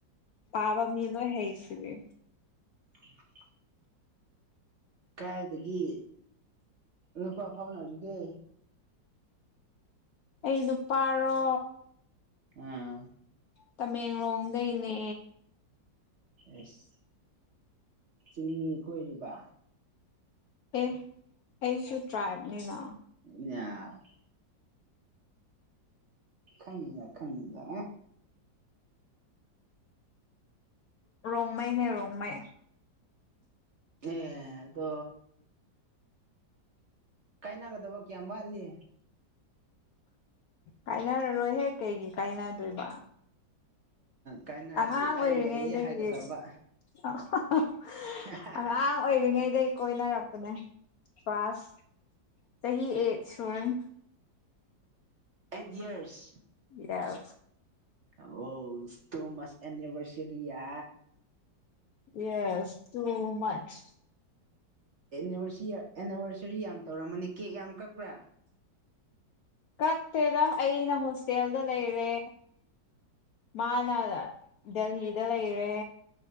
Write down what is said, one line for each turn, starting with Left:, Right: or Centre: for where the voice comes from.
Left: ꯄꯕꯥ ꯃꯤꯂꯣꯏ ꯍꯩꯁꯤꯗꯤ꯫
Right: ꯎꯝ ꯀꯥꯏꯗꯒꯤ ꯂꯨꯄꯥ ꯐꯥꯎꯅꯔꯤꯒꯦ
Left: ꯑꯩ ꯅꯨꯄꯥꯔꯣ
Right: ꯑꯥ
Left: ꯇꯃꯦꯡꯂꯣꯡꯗꯩꯅꯦ
Right: ꯑꯁ ꯆꯤꯡꯃꯤ ꯀꯣꯏꯔꯤꯕ
Left: ꯑꯦ ꯑꯩꯁꯨ ꯇ꯭ꯔꯥꯏꯕꯅꯤꯅ
Right: <unintelligible> ꯈꯪꯉꯤꯗ ꯈꯪꯉꯤꯗ
Left: ꯔꯣꯡꯃꯩꯅꯦ ꯔꯣꯡꯃꯩ
Right: ꯑꯦ ꯑꯗꯣ ꯀꯥꯏꯅꯒꯗꯕ ꯀꯌꯥꯝ ꯋꯥꯠꯂꯤ
Left: ꯀꯥꯏꯅꯔꯔꯣꯏꯍꯦꯛ ꯀꯩꯒꯤ ꯀꯥꯏꯅꯗꯣꯏꯕ
Right: ꯀꯥꯏꯅꯔꯗꯤ
Left: ꯑꯉꯥꯡ ꯑꯣꯏꯔꯤꯉꯩꯗꯒꯤ
Right: ꯑꯩ ꯂꯩꯌꯦ ꯍꯥꯏꯒꯗꯕ
Left: <unintelligible>
Right: <unintelligible>
Left: ꯑꯉꯥꯡ ꯑꯣꯏꯔꯤꯉꯩꯗꯒꯤ ꯀꯣꯏꯅꯔꯛꯄꯅꯦ ꯀ꯭ꯂꯋꯥꯁ ꯆꯍꯤ ꯑꯦꯠ ꯁꯨꯔꯦꯟ
Right: ꯑꯩꯠ ꯏꯌꯥꯔꯁ
Left: ꯌꯥꯏ
Right: ꯍ ꯏ ꯇꯣꯃꯁ ꯑꯦꯅꯤꯕꯔꯁꯔꯤꯌꯥ
Left: ꯌꯦꯁ ꯇꯨ ꯃꯁ
Right: ꯚꯔ ꯑꯦꯅꯤꯚꯔꯁꯔꯤ ꯌꯥꯝ ꯇꯧꯔꯝꯃꯅꯤ ꯀꯦꯛ ꯌꯥꯝ ꯀꯛꯄ꯭ꯔꯥ
Left: ꯀꯛꯇꯦꯗ ꯑꯩꯅ ꯍꯣꯁꯇꯦꯜꯗ ꯂꯩꯔꯦ ꯃꯥꯅ ꯗꯦꯜꯍꯤꯗ ꯂꯩꯔꯦ